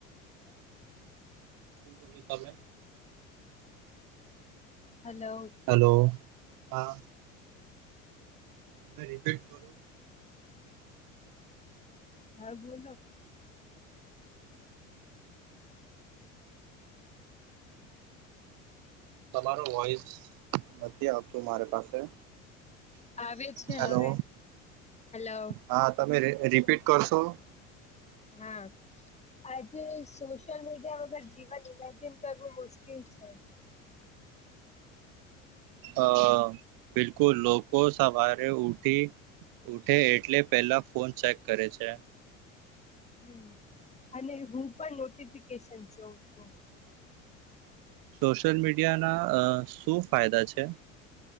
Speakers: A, on the right; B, on the left.
A: બો્યું તમે.
B: હલો.
A: હેલો હા. અગર ઇફેક્ટ કરો.
B: હા બોલો
A: તમારો વોઈસ નથી આવતું મારે પાસે
B: આવે, છે,
A: હેલો
B: હવે, હલો
A: હા તમે રિપીટ કરશો
B: હમ્મ આજે સોશિલ મીડિયા વગર જીવન ઈમેજિન કરવું મુશ્કેલ છે
A: અ બિલકુલ લોકો સવારે ઉઠી, ઉઠે એટલે પેલા ફોન ચેક કરે છે
B: હમ, અને હું પણ નોટિફિકેશન જોઉં છું
A: સોશિયલ મીડિયાના અ શું ફાયદા છે